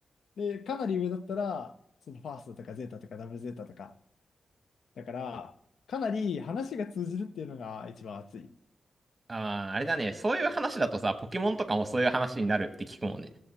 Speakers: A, on the left (about 90°); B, on the right (about 25°).
A: で、かなり上だったら、そのファーストとかゼータとかダブルゼータとか、だから、かなり話が通じるっていうのが一番熱い。
B: あー、あれだね。そういう話だとさ、ポケモンとかもそういう話になるって聞くもんね。